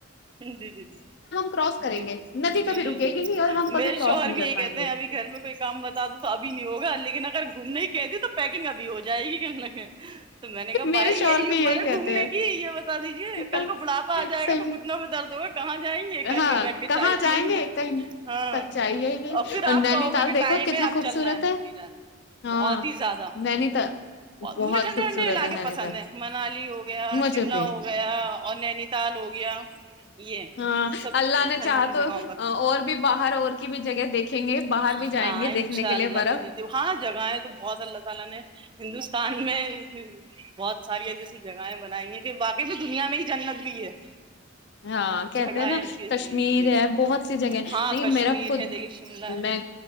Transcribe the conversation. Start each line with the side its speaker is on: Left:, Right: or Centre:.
Right: جی جی جی جی
Left: کراس کریں
Right: ج
Left: گے ندی
Right: جی
Left: کبھی
Right: جی
Left: رکے
Right: جی
Left: گی نہیں اور ہم کبھی
Right: میرے
Left: کراس
Right: شوہر
Left: نہیں
Right: بھی
Left: کر
Right: یہی
Left: پائیں
Right: کہتے
Left: گے
Right: ہیں ابھی گھر میں کوئی کام بتا دو تو ابھی نہیں ہوگا لیکن اگر گھومنے ہی کہ د تو پے ابھی ہو جائے گی کہ کہ تو میں نے کہا
Left: میرے
Right: بھائی
Left: شوہر
Right: یہی
Left: بھی
Right: ہ مارے
Left: کہتے
Right: گھومنے کی یہ بس بتا دیجیے
Left: ہیں
Right: کل کو بڑلاپ آ جائے
Left: صحیح
Right: گ تو ب درد ہو کہاں جائیں گے گھر
Left: ہاں
Right: میں بیٹھ کے
Left: کہاں
Right: چائے
Left: جائیں
Right: پییں گے
Left: کہیں
Right: ہاں
Left: سچائی ہے یہ
Right: اور پھر آپ
Left: نینی
Right: کہوگا
Left: تال
Right: کہ
Left: دیکھو
Right: ٹائم
Left: کتنا
Right: ہے اب
Left: خوبصورت
Right: چلنا ہے نہیں جانا
Left: ہاں
Right: بہت ہی زیادہ
Left: نینی تال
Right: بت
Left: بہت
Right: مجھے ٹھنڈے
Left: خوبصورت
Right: ٹھنڈے علاقے
Left: ہے نینی
Right: پسند
Left: تال
Right: ہیں منالی ہو گیا
Left: مجھے
Right: شملہ
Left: بھی
Right: ہو گیا اور نینی تال ہو گیا یہ
Left: ہاں
Right: سبی
Left: اللہ نے چاہا تو
Right: جگہوں پر
Left: اور بھی باہر اور کی بھی جگہ دیکھیں گے باہر
Right: ہاں
Left: بھی جائیں گے
Right: انشاءاللہ
Left: دیکھنے کے لیے برف
Right: جی جی ہاں جگہ ہے تو بہت اللہ تعالی نے ستان میں بہت ساری ای جیسی جگہیں بنائیں گے کہ باقی بھی دنیا میں ہی جنت بھی ہے <inaudible>
Left: ہاں کہتے
Right: جگہیں
Left: ہیں نا
Right: ایسی ایسی
Left: کشمیر
Right: ہیں جی
Left: ہے بہت سی جگہ
Right: ہاں
Left: نہیں
Right: کشمیر
Left: میرا خود
Right: ہے دیکھیے شملہ
Left: میں
Right: ہے